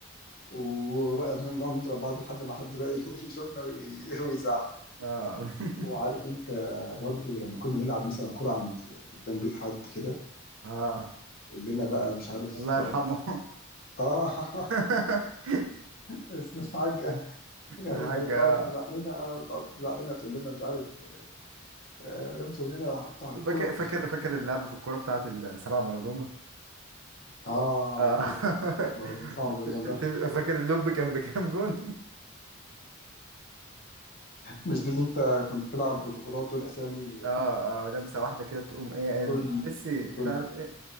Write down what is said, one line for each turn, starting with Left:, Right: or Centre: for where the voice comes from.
Left: وبقى نقعد نضرب بعض لحد ما حد بقى <laughs> يشوفنا وي- ويزعق
Right: <laughs>
Left: وعارف انت برضو لما كنا نلعب مثلا كرة عند قدام بيت حد كده
Right: اه
Left: كلنا بقى مش عارف
Right: الله يرحمه
Left: اه <laughs>
Right: <laughs>
Left: بس الحاجة كانت
Right: حاجة
Left: كانت تقعد تزعق
Right: آه.
Left: لنا آه، تقعد تزعق لنا تقول لنا مش عارف آه، امسك من هنا وهقطع الكرة
Right: فاكر
Left: ومش-
Right: فاكر فاكر اللعبة في الكورة بتاعت السبعة مارادونا
Left: اه
Right: اه
Left: برضو
Right: <laughs>
Left: محمد
Right: ت-
Left: اللي جنبها
Right: ت- ت- فاكر اللوب كان بكام جون <laughs>
Left: مش دول انت كنت بتلعب بطولات والاسامي
Right: اه اه لمسة واحدة كده تقوم ايه قال
Left: كل
Right: ميسي
Left: كل
Right: مش عارف ايه